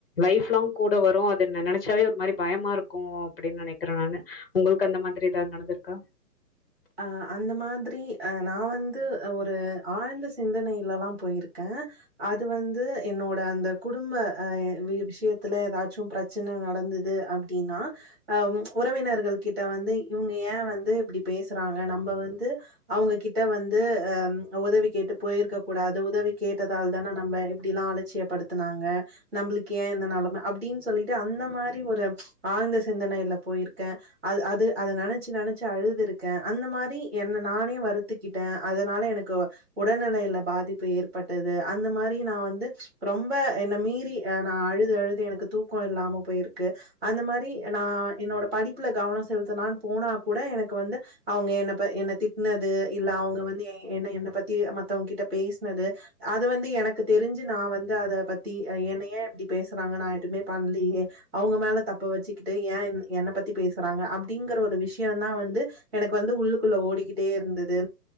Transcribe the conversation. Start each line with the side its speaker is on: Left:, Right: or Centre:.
Left: லைஃப் லாங் கூட வரு அது நெனைச்சாவே ஒரு மாரி பயமாருக் கும் அப்டினு நனைக்கிறே நானு உங்ளுக்கு அந்த மாரி ஏதாவது நடந்திருக்கா
Right: அ அந்த மாதிரி அ நா வந்து ஒரு ஆழ்ந்த சிந்தனையிலலா போயிருக் கே அது வந்து என்னோட அந்த குடும்ப அ விஷயத்துல ஏதாச்சு பிரச்சனை நடந்து து அப்டினா அ உறவினர்கள் கிட்ட வந்து இவங்க ஏ வந்து இப்டி பேசுறாங்க நம்ப வந்து அவுங்க கிட்ட வந்து அ உதவி கேட்டு போயிருக்க கூடாது உதவி கேட்டதால் தான நம்ப இப்டிலா அலட்சியப்படுத்துனாங்க நம்ளுக்கு ஏ இந்த நெலம அப்டினு சொல்லிட்டு அந்த மாரி ஒரு ஆழ்ந்த சிந்தனைல போயிருக்கே அது அத நெனைச்சு நெனைச்சு அழுது இருக் கே அந்த மாரி என்ன நானே வருத்துக்கிட்டே அதனால எனக்கு உடல்நிலையில பாதிப்பு ஏற்பட்டது அந்த மாரி நா வந்து ரொம்ப என்ன மீறி அ நா அழுது அழுது எனக்கு தூக்கொ இல்லாம போயிருக் க்கு அந்த மாரி நா என்னோட படிப்புல கவன செலுத்தலானு போனா கூட எனக்கு வந்து அவுங்க என்ன ப என்ன திட்னது இல்ல அவுங்க வந்து என்ன என்ன பத்தி மத்தவங்க கிட்ட பேசுனது அது வந்து எனக்கு தெரிஞ்சு நா வந்து அத பத்தி ஆ என்ன ஏ இப்டி பேசுறாங்க நா எதுவுமே பண்லையே அவங்க மேல தப்ப வச்சுக்கிட்டு ஏ என் என்ன பத்தி பேசுறாங்க அப்டிங்கற ஒரு விஷயந்தா வந்து எனக்கு வந்து உள்ளுக்குள்ள ஓடிக்கிட்டே இருந்தது